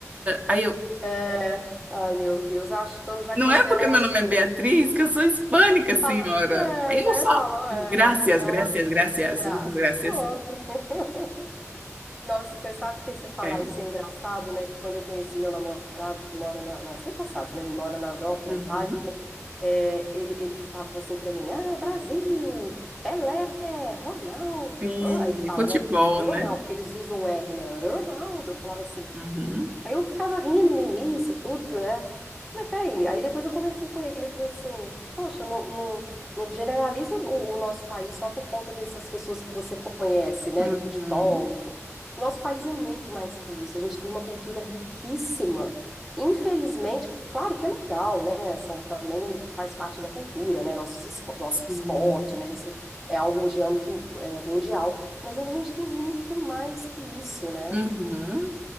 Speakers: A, on the right (about 25°); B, in the centre.
A: Aí eu,
B: é. Ai, meu Deus, achando já
A: não
B: que você
A: é porque
B: era latino.
A: meu nome é Beatriz que eu sou hispânica, senhora.
B: Fala, é,
A: Aí
B: né?
A: eu só,
B: Falou, é,
A: graças,
B: é
A: graças,
B: o latino.
A: graças,
B: Graças,
A: muitas graças.
B: pronto. <laughs> Nossa, você sabe que você falar
A: É.
B: isso é engraçado, né? Que quando eu conheci meu namorado que mora na, na- você já sabe, né? Ele mora na Europa,
A: Uhum.
B: na Itália. é, ele, ele ficava assim pra mim, ah, Brasil, Pelé, Ronaldo.
A: Sim,
B: Ro-" Aí eles falam,
A: futebol,
B: né? Ronaldo,
A: né?
B: porque eles usam o R, né? Ronaldo. Eu falava assim,
A: Uhum.
B: Aí eu ficava rindo no início, tudo, né? Falei, peraí. Aí depois eu conversei com ele. Eu falei assim: Poxa, não, não, não generaliza o, o nosso país só por conta dessas pessoas que você conhece, né?
A: Uhum.
B: Do futebol, enfim. Nosso país é muito mais que isso. A gente tem uma cultura riquíssima. Infelizmente, claro que é legal, né? São, também não faz parte da cultura, né? Nossos, espo- nosso
A: Sim.
B: esporte, né? Isso é algo de âmbito, é, mundial. Mas a gente tem muito mais que isso, né?
A: Uhum.